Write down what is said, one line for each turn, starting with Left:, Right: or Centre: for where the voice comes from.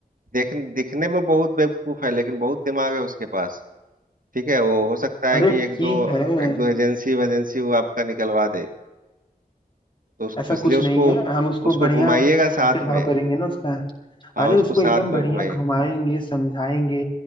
Right: देख दिखने में बहुत बेवकूफ है लेकिन बहुत दिमाग है उसके पास ठीक है वो हो सकता है
Left: अरे
Right: कि
Left: ठीक
Right: एक दो
Left: है
Right: एक दो एजेंसी वेजेंसी वो आपका निकलवा दे तो उस,
Left: ऐसा
Right: इसलिए
Left: कुछ
Right: उसको
Left: नहीं है हम उसको
Right: उसको
Left: बढ़िया
Right: घुमाइएगा साथ
Left: खातिर भाव
Right: में
Left: करेंगे ना उसका
Right: हाँ
Left: अरे
Right: उसको
Left: उसको
Right: साथ
Left: एकदम बढ़िया
Right: में घुमाइएगा
Left: घुमाएंगे समझाएंगे